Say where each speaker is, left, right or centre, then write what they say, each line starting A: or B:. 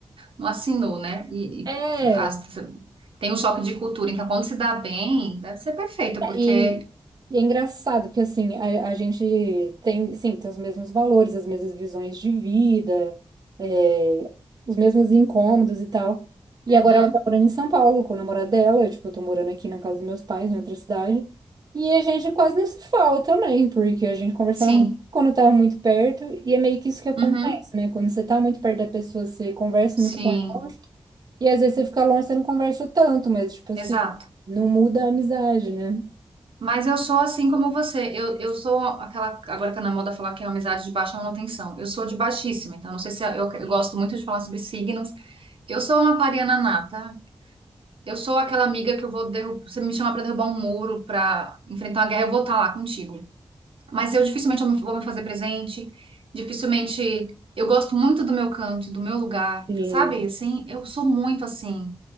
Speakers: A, on the right; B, on the right.
A: não assinou, né? E,
B: É.
A: e assim, as- tem um choque de cultura, então quando se dá bem, deve ser perfeito,
B: É,
A: porque.
B: E, e é engraçado, porque assim, a, a gente tem, sim, tem os mesmos valores, as mesmas visões de vida, é, os mesmos incômodos e tal. E
A: Uhum,
B: agora ela tá morando em São Paulo com o namorado dela, eu, tipo, eu tô morando aqui na casa dos meus pais, em outra cidade. E a gente quase não se fala também, porque a gente conversava
A: sim,
B: muito quando tava muito perto, e é meio que isso que acontece,
A: uhum,
B: né? Quando você tá muito perto da pessoa, você conversa
A: sim,
B: muito com ela. E às vezes você fica longe, você não conversa tanto, mas, tipo assim,
A: exato.
B: não muda a amizade, né?
A: Mas eu sou assim como você. Eu, eu sou aquela. Agora tá na moda falar que é amizade de baixa manutenção. Eu sou de baixíssima, então não sei se é, eu, eu gosto muito de falar sobre signos. Eu sou uma aquariana nata. Eu sou aquela amiga que eu vou derrubar. Você me chamar pra derrubar um muro, pra enfrentar uma guerra, eu vou estar lá contigo. Mas eu dificilmente eu vou me fazer presente. Dificilmente. Eu gosto muito do meu canto, do meu lugar,
B: E
A: sabe? Assim, eu sou muito assim.